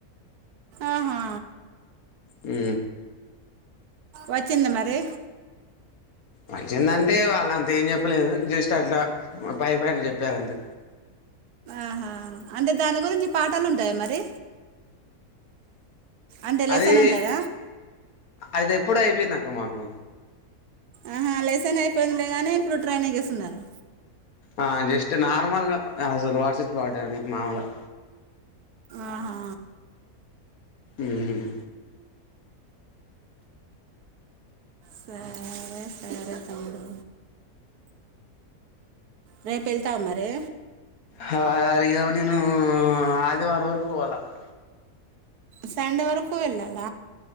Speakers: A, on the right; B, on the left.
A: ఆహా
B: ఉ
A: వచ్చింద మరి
B: వచ్చిందంటే వాళ్ళు అంత ఏం చెప్పలేదు జస్ట్ అట్లా పై పైన చెప్పారు అంతే
A: ఆహా అంటే దాని గురించి పాటాలు ఉంటాయా మరి అంటే లేసన్
B: అది
A: ఉంటద
B: అది ఎప్పుడో అయిపోయింది అక్క మాకు
A: ఆహా లెసన్ అయిపోయిందిలేగానీ ఇప్పుడు ట్రైనింగు ఇస్తున్నారు
B: ఆ జస్ట్ నార్మల్ గ అసలు వాట్ ఇస్ వాట్ అని మాములుగ
A: ఆహా
B: ఉమ్
A: సరే సరే తమ్ముడు రేపు వెళ్తావ మరి
B: హరిగ నేను ఆదివారం వరకు పోవాల అక్క
A: సండే వరకు వెళ్ళాల